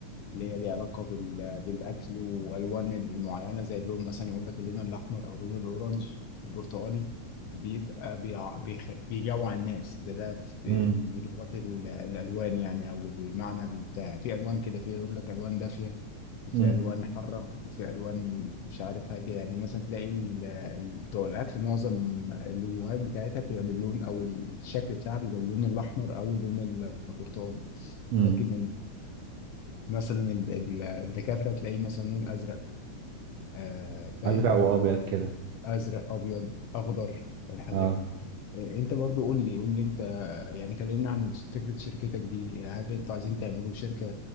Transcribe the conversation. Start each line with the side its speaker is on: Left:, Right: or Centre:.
Left: اللي هي ليها علاقة بال... بالأكل وألوان المعينة زي اللون مثلا يقول لك اللون الأحمر أو اللون الأورنج البرتقالي بيبقى بيع... بيخ... بيجوع الناس ده ده في
Right: امم
Left: من لغات ال- الألوان يعني أو المعنى بتاع في ألوان كده في يقول لك ألوان دافية وفي
Right: امم
Left: ألوان حارة وفي ألوان مش عارف هادية يعني مثلا تلاقي ال- ال- بتوع الأكل معظم اللوهات بتاعتها بتبقى باللون أو الشكل بتاعها بيبقى باللون الأحمر أو اللون البرتقالي
Right: امم
Left: لكن مثلا ال- ال- الدكاترة تلاقيه مثلا لون أزرق آه فاهم
Right: ازرق وابيض كده
Left: أزرق أبيض أخضر الحاجات
Right: اه
Left: دي آه أنت برضو قول لي قول لي أنت يعني كلمنا عن فكرة شركتك دي هل أنتوا عايزين تعملوا شركة